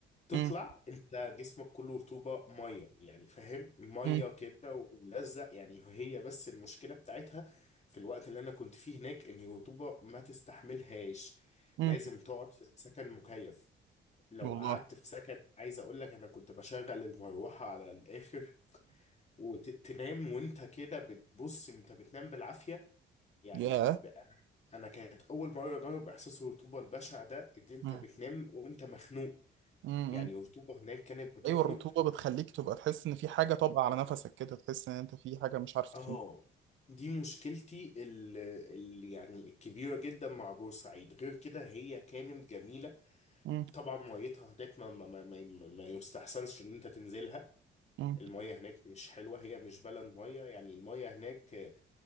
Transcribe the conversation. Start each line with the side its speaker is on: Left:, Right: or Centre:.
Left: تطلع
Right: مم،
Left: أنت جسمك كله رطوبة مية يعني فاهم مية
Right: مم،
Left: كده وملزق يعني هي بس المشكلة بتاعتها في الوقت اللي أنا كنت فيه هناك إن الرطوبة ما تستحملهاش
Right: مم.
Left: لازم تقعد في سكن مكيف لو
Right: والله
Left: قعدت في سكن عايز اقول لك انا كنت بشغل المروحه على الاخر وتنام وانت كده بتبص انت بتنام بالعافيه يعني
Right: ياه
Left: ب... انا كانت اول مره اجرب احساس الرطوبه البشع ده ان انت
Right: مم.
Left: بتنام وانت مخنوق
Right: مم.
Left: يعني
Right: مم.
Left: الرطوبه هناك كانت بتخنق
Right: ايوه الرطوبه بتخليك تبقى تحس ان في حاجه طابقه على نفسك كده تحس ان انت في حاجه مش عارف تخليك
Left: اه دي مشكلتي ال... ال... يعني الكبيره جدا مع بورسعيد غير كده هي كانت جميله
Right: مم.
Left: طبعا ميتها هناك ما ما ما, ما ما يستحسنش ان انت تنزلها
Right: مم.
Left: المية هناك مش حلوة هي بالنسبة لها المية يعني المية هناك